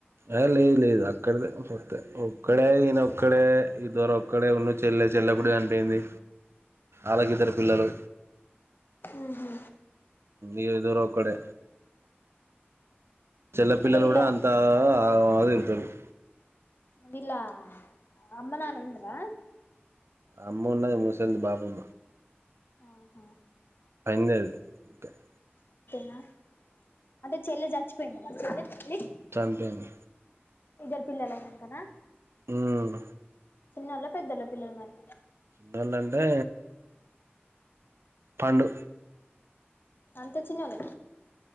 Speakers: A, on the right; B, on the left.
A: ఆ లేదు లేదు అక్కడదే ఫత్త ఒక్కడే ఈయన ఒక్కడే ఈ ద్వరా ఒక్కడే ఉన్న చెల్లె చెల్లప్పుడు చనిపోయింది ఆళకి ఇద్దరు పిల్లలు
B: ఉహు
A: ఇ ఇ దర ఒక్కడే చెల్ల పిల్లలు
B: అంటే వీళ్ళ
A: కూడా అంతా అద ఇతు <unintelligible>
B: వీళ్ళ అమ్మ నాన్న ఉండరా
A: అమ్మ ఉన్నది ముసిలిది పాపం
B: ఆహా
A: పేడు ఇంకా <unintelligible>
B: నా అంటే చెల్లె చచ్చిపోయింద వాళ్ళ చెల్లి
A: టాంపేన్
B: ఇద్దరు పిల్లలనాంకనా
A: ఉమ్
B: చిన్నొళ్ళ పెద్దొళ్ళ పిల్లలు మరి
A: ముందంటే పండు
B: అంత చిన్నొలు